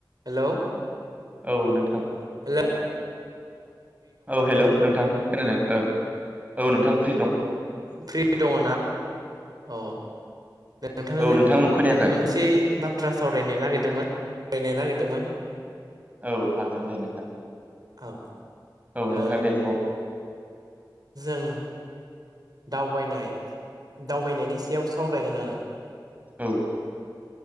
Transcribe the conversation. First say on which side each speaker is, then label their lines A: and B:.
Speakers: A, on the right (about 55°); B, on the right (about 20°).
A: हेलौ
B: औ नोंथां
A: हेल'
B: औ हेल' नोंथां खोनादों ओ औ नोंथां फ्रि दं।
A: फ्रि दङ ना औ नोंथांजों
B: औ नोंथां आं खोनायाखै
A: मोनसे बाथ्रा सावरायनो नागिर मोन रायलायनो नागिरदोंमोन ।
B: औ हागोन दे नोंथां
A: औ
B: औ नोंथां
A: ओ
B: दे
A: जों दावबायनाय दावबायनायनि सायाव सावरायगोन आरो
B: औ ।